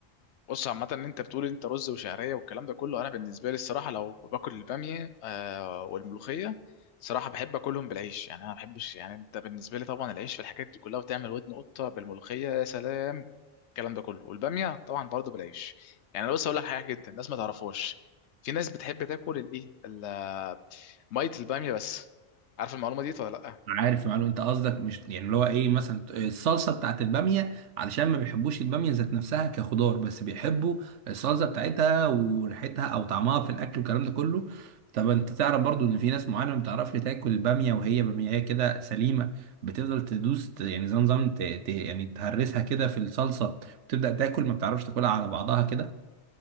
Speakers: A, on the left; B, on the right.
A: بص عامة ان انت بتقول انت رز وشعرية والكلام ده كله انا بالنسبة لي الصراحة لو باكل البامية آه والملوخية صراحة بحب اكلهم بالعيش يعني انا ما بحبش يعني انت بالنسبة لي طبعا العيش في الحاجات دي كلها وتعمل ودن قطة بالملوخية يا سلام الكلام ده كله والبامية طبعا برضه بالعيش يعني انا بص اقول لك حاجة جدا الناس ما تعرفهاش في ناس بتحب تاكل الايه ال- مية البامية بس عارف المعلومة دي ولا لا
B: عارف معلوم انت قصدك مش يعني اللي هو ايه مثلا الصلصه بتاعت الباميه علشان ما بيحبوش الباميه ذات نفسها كخضار بس بيحبوا الصلصه بتاعتها وريحتها او طعمها في الاكل والكلام ده كله طب انت تعرف برضو ان في ناس معينه ما بتعرفش تاكل الباميه وهي باميه كده سليمه بتفضل تدوس ت- يعني زي نظام ت- ت- يعني تهرسها كده في الصلصه وتبدا تاكل ما بتعرفش تاكلها على بعضها كده